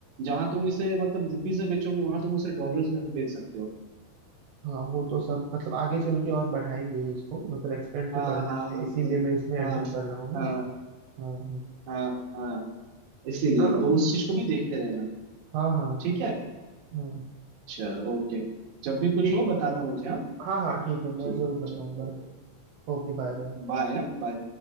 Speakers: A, on the right; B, on the right.
A: जहां तुम इसे मतलब रुपीज में बेचोगे वहां तुम उसे डॉलर्स में बेच सकते हो
B: हाँ वो तो सब मतलब आगे चल के और बढ़ाएंगे ही इसको मतलब एक्सपेंड तो
A: हाँ
B: करना
A: हाँ
B: ही
A: हाँ
B: है इसीलिए
A: हाँ
B: मैं इसमें एंटर
A: हाँ
B: कर रहा हूँ ना
A: हाँ
B: हाँ हाँ
A: हाँ हाँ इसीलिए
B: चलो
A: तो उस चीज को भी देखते रहना
B: हाँ हाँ
A: ठीक है
B: हाँ
A: चलो ओके जब भी
B: ठीक
A: कुछ हो बताना मुझे हाँ
B: हाँ हाँ ठीक है मैं
A: ठीक
B: जरूर बताऊंगा
A: चलो ओके
B: Okay bye bye
A: Bye bye